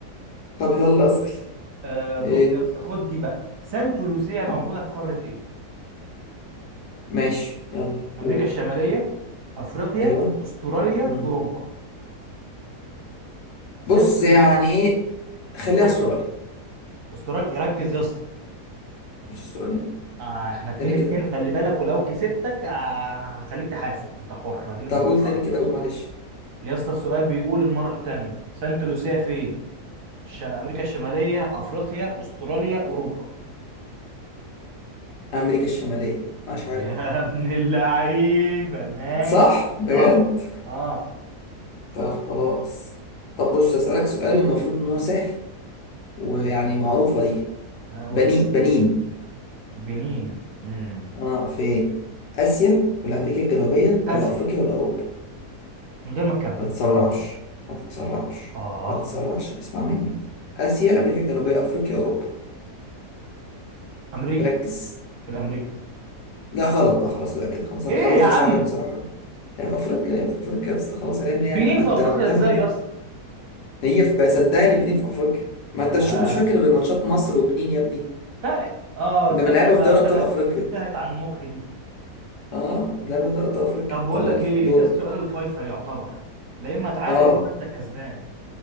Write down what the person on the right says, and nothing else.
آه بص
يا اسطى خد دي بقى سانت لوسيا موجوده
في قاره ايه
أمريكا
الشمالية أفريقيا
أستراليا
أوروبا
سانت
لوسيا
ركز
أستراليا ركز يا اسطى
آه احنا اتنين
اتنين
خلي بالك ولو كسبتك آه هخليك تحاسب انت حر اديني
بفكرك
يا اسطى السؤال بيقول المرة التانية سانت لوسيا فين؟ الش- أمريكا الشمالية أفريقيا أستراليا أوروبا
يا
ابن اللعيبة ماشي
صح اه
هقول
بنين امم
آسيا
من غير ما تكمل
اه
أمريكا
في الأمريكا
ايه
يا عم
بنين
في
افريقيا
ازاي
يا اسطى
ياه
ف... اه
تصدق
بقى
تهت
تهت عن مخي دي
طب بقول
لك
ايه
ده السؤال الفيصل يعتبر لا اما تعادل
لا اما انت الكسبان